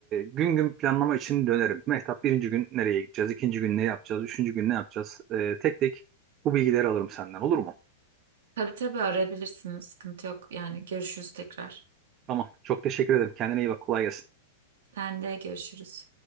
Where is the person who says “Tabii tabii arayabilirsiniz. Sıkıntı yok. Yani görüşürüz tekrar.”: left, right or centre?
Right